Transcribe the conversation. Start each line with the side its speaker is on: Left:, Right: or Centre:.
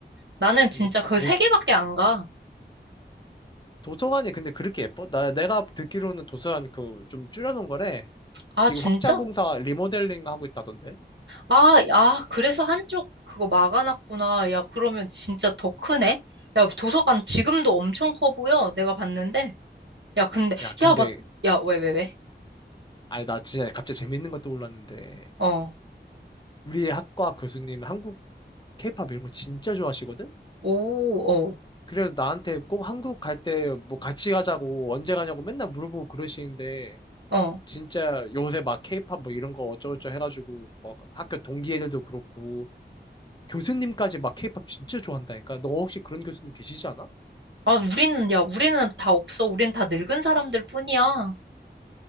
Right: 나는 진짜
Left: 근데
Right: 그
Left: 도서,
Right: 세 개밖에 안 가.
Left: 도서관이 근데 그렇게 예뻐? 나, 내가 듣기로는 도서관 그 좀 줄여놓은 거래.
Right: 아,
Left: 지금
Right: 진짜?
Left: 확장공사 리모델링 하고 있다던데?
Right: 아, 아, 그래서 한쪽 그거 막아놨구나. 야, 그러면 진짜 더 크네? 야, 도서관 지금도 엄청 커 보여. 내가 봤는데. 야, 근데,
Left: 야, 근데,
Right: 야, 맞, 야, 왜, 왜, 왜?
Left: 아니, 나 진짜 갑자기 재밌는 것도 올랐는데
Right: 어,
Left: 우리 학과 교수님 한국 케이팝 이런 거 진짜 좋아하시거든?
Right: 오, 어,
Left: 그래서 나한테 꼭 한국 갈 때 뭐 같이 가자고 언제 가냐고 맨날 물어보고 그러시는데
Right: 어.
Left: 진짜 요새 막 케이팝 뭐 이런 거 어쩌고저쩌고 해가지고 막 학교 동기 애들도 그렇고 교수님까지 막 케이팝 진짜 좋아한다니까 너 혹시 그런 교수님 계시지 않아?
Right: 아, 우리는, 야, 우리는 다 없어. 우린 다 늙은 사람들 뿐이야.